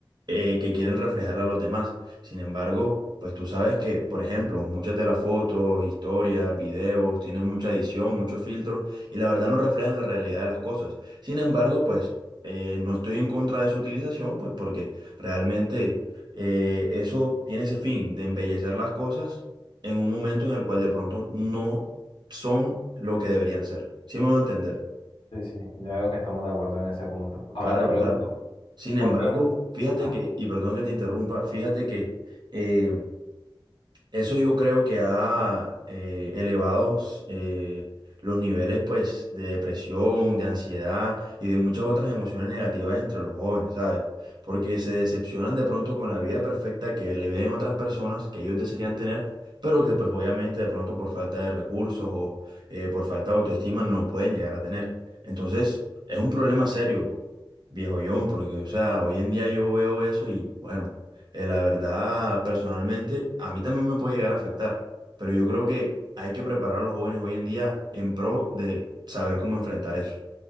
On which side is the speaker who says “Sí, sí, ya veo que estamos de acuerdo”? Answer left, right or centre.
Left